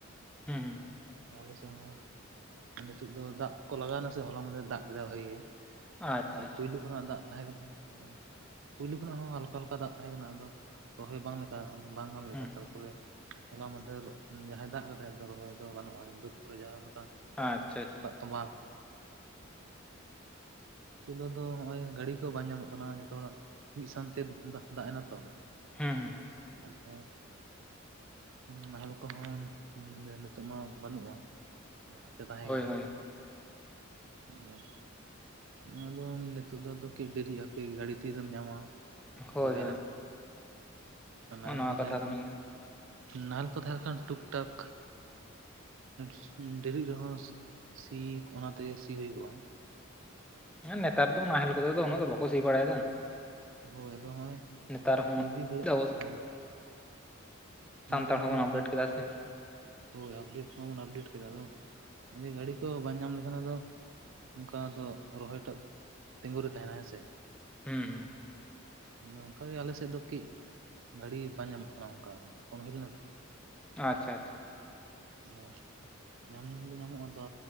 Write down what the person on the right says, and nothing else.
ᱟᱞᱮ ᱥᱮᱫ ᱦᱚᱸ ᱱᱤᱛᱚᱜ ᱫᱚ ᱫᱟᱜ ᱠᱚ ᱞᱟᱜᱟᱣᱱᱟ ᱥᱮ ᱦᱚᱞᱟ ᱢᱟᱫᱮᱨ ᱨᱮ ᱫᱟᱜ ᱠᱮᱫᱟ ᱵᱷᱟᱜᱤ ᱜᱮ ᱾
ᱟᱨ
ᱯᱳᱭᱞᱳ ᱠᱷᱚᱱᱟᱜ ᱫᱟᱜ ᱛᱟᱦᱮᱸ ᱠᱟᱱᱟ ᱯᱳᱭᱞᱳ ᱠᱷᱚᱱᱟᱜ ᱦᱚᱸ ᱦᱟᱞᱠᱟ ᱦᱟᱞᱠᱟ ᱫᱟᱜ ᱛᱟᱦᱮᱸ ᱠᱟᱱᱟ ᱟᱫᱚ, ᱨᱚᱦᱚᱭ ᱵᱟᱝ ᱞᱮᱠᱟ ᱵᱟᱝ ᱜᱟᱱ ᱞᱮᱠᱟ
ᱛᱟᱨᱯᱚᱨᱮ, ᱦᱚᱞᱟ ᱢᱚᱫᱽᱫᱷᱮᱨ ᱡᱟᱦᱟᱸᱭ ᱫᱟᱜ ᱠᱟᱫᱟᱭ ᱫᱚ ᱨᱚᱦᱚᱭ ᱫᱚ ᱜᱟᱱᱚᱜᱼᱟ ᱵᱟᱹᱫᱽ ᱠᱚᱨᱮ ᱡᱟᱦᱟᱸ ᱞᱮᱠᱟ
ᱫᱟᱜ ᱛᱚᱸᱵᱟᱣ ᱠᱟᱱᱟ ᱱᱤᱛᱚᱜ ᱫᱚ ᱦᱚᱭ ᱜᱟᱹᱰᱤ ᱠᱚ ᱵᱟᱝ ᱧᱟᱢᱚᱜ ᱠᱟᱱᱟ ᱡᱚᱛᱚ ᱦᱚᱲᱟᱜ ᱢᱤᱫ ᱥᱟᱶᱛᱮ ᱫᱟᱜ ᱮᱱᱟ ᱛᱚ,
ᱟᱫᱚ ᱱᱟᱦᱮᱞ ᱠᱚᱦᱚᱸ ᱱᱤᱛᱳᱜ ᱢᱟ ᱵᱟᱹᱱᱩᱜᱼᱟ, ᱞᱟᱦᱟᱛᱮ ᱛᱟᱦᱮᱸ
ᱠᱟᱱᱟ
ᱟᱫᱚ, ᱟᱫᱚ ᱱᱤᱛᱚᱜ ᱫᱚ ᱟᱫᱚ ᱠᱤ ᱰᱮᱨᱤᱜ ᱟᱯᱮ ᱜᱟᱹᱰᱤ ᱛᱤᱨᱮᱢ ᱧᱟᱢᱟ
ᱛᱚᱵᱮᱱᱟ
ᱱᱟᱦᱮᱞ
ᱠᱚ
ᱛᱟᱦᱮᱸ ᱞᱮᱱᱠᱷᱟᱱ
ᱱᱟᱦᱮᱞ ᱠᱚ ᱛᱟᱦᱮᱱ ᱞᱮᱱ ᱠᱷᱟᱱ ᱴᱩᱠ ᱴᱟᱠ <unintelligible> ᱰᱮᱨᱤᱜ ᱨᱮᱦᱚᱸ, ᱥᱤ ᱚᱱᱟ ᱛᱮᱜᱮ ᱥᱤ ᱦᱩᱭ ᱠᱚᱜᱼᱟ
ᱦᱳᱭ ᱟᱫᱚ ᱦᱚᱸᱜᱚᱭ
ᱡᱩᱫᱤ <unintelligible>
ᱦᱮᱸ, ᱧᱮᱞ
ᱫᱚ
<unintelligible>
ᱵᱟᱫᱽ
ᱦᱳᱭ ᱟᱯᱰᱮᱴ ᱢᱟᱵᱚᱱ ᱟᱯᱰᱮᱴ ᱠᱮᱫᱟ ᱟᱫᱚ ᱜᱟᱹᱰᱤ ᱠᱚ ᱵᱟᱝ ᱧᱟᱢ ᱞᱮᱠᱷᱟᱱ ᱟᱫᱚ ᱚᱱᱠᱟ ᱫᱚ ᱨᱚᱦᱚᱭ ᱴᱟᱜ ᱛᱤᱸᱜᱩ ᱨᱮ ᱛᱟᱦᱮᱱᱟ ᱦᱮᱸ ᱥᱮ,
ᱱᱚᱝᱠᱟᱜᱮ ᱟᱞᱮᱥᱮᱫ ᱫᱚ ᱠᱟᱹᱡ ᱜᱟᱹᱰᱤ ᱵᱟᱝ ᱧᱟᱢᱚᱜ ᱠᱟᱱᱟ ᱚᱱᱠᱟ ᱯᱷᱳᱱ ᱦᱳᱭ ᱞᱮᱱᱟ ᱛᱚ,
ᱟᱫᱚ ᱧᱟᱢ ᱫᱚ ᱧᱟᱢᱚᱜᱼᱟ ᱟᱫᱚ